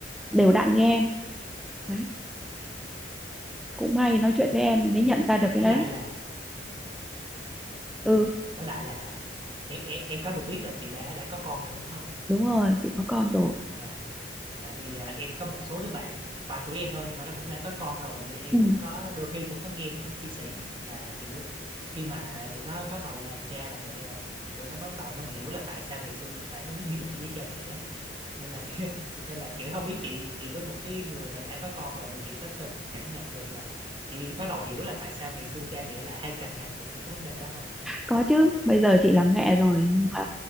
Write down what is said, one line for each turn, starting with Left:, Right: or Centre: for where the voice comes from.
Centre: đều đặn như em đấy cũng may nói chuyện với em thì mới nhận ra được cái
Right: với
Centre: đấy
Right: lại là dạ
Centre: ừ
Right: với lại là em, em em có được biết là chị đã đã có con rồi đúng không
Centre: đúng rồi chị có con rồi
Right: dạ tại vì à, em có một số đứa bạn bằng tuổi em thôi nhưng mà nó cũng đã có con rồi thì em
Centre: ừ,
Right: cũng có đôi khi cũng có nghe tụi nó chia sẻ là kiểu khi mà tụi nó bắt đầu làm cha làm mẹ rồi á thì tụi nó bắt đầu mới hiểu là tại sao ngày xưa mình phản ứng như vậy với cha mẹ á nên là kiểu nên là kiểu không biết chị chị với một cái người là đã có con rồi thì chị có từng cảm nhận được là chị bắt đầu hiểu là tại sao ngày xưa cha mẹ lại hay cằn nhằn mình những cái vấn đề đó không
Centre: có chứ bây giờ chị làm mẹ rồi nhưng mà